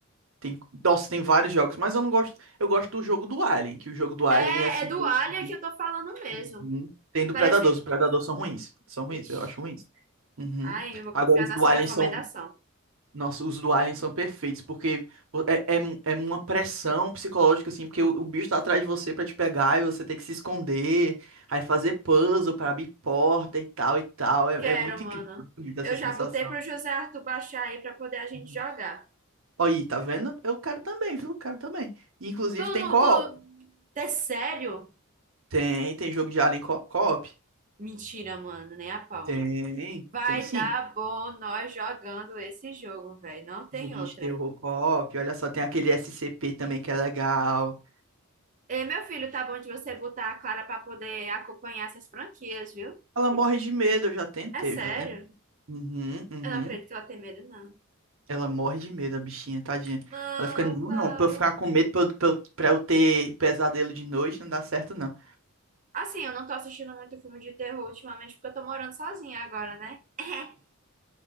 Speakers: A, on the right (about 60°); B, on the right (about 35°).
A: Tem, nossa, tem vários jogos, mas eu não gosto. Eu gosto do jogo do Alien, que o jogo do Alien
B: É,
A: é assim.
B: é do
A: meio
B: Alia
A: que-
B: que eu tô falando mesmo.
A: Uhum. Tem do
B: Parece.
A: Predador. Os Predador são ruins. São ruins,
B: Vixe.
A: eu acho ruins. Uhum.
B: Ai, eu vou
A: Agora
B: confiar
A: os
B: na
A: do
B: sua
A: Alien
B: recomendação.
A: são. Nossa, os do Alien são perfeitos, porque é, é, é uma pressão psicológica, assim, porque o, o bicho tá atrás de você pra te pegar e você tem que se esconder, aí fazer puzzle pra abrir porta e tal e tal. É,
B: Quero,
A: é muito
B: mano.
A: incrível essa
B: Eu já
A: sensação.
B: botei pro José Arthur baixar aí pra poder a gente
A: Uhum.
B: jogar.
A: Aí, tá vendo? Eu quero também, viu? Quero também. E, Inclusive
B: Tu
A: tem
B: não.
A: co-op.
B: Tu... É sério?
A: Tem, tem jogo de Alien co- co-op.
B: Mentira, mano, nem a pau.
A: Tem,
B: Vai
A: tem sim.
B: dar bom nós jogando esse jogo, velho. Não tem
A: Joguinho
B: outra.
A: de terror co-op. Olha só, tem aquele SCP também que é legal.
B: Ei, meu filho, tá bom de você botar a Clara pra poder acompanhar essas franquias, viu?
A: Ela morre de medo, eu já tentei,
B: É sério.
A: eu já tentei. Uhum, uhum.
B: Eu não acredito que ela tem medo, não.
A: Ela morre de medo, a bichinha, tadinha.
B: Não,
A: Ela fica, não,
B: Clara.
A: não, pra eu ficar com medo, pra eu, pra eu pra eu ter pesadelo de noite, não dá certo, não.
B: Assim, eu não tô assistindo muito filme de terror ultimamente porque eu tô morando sozinha agora, né? <laughs>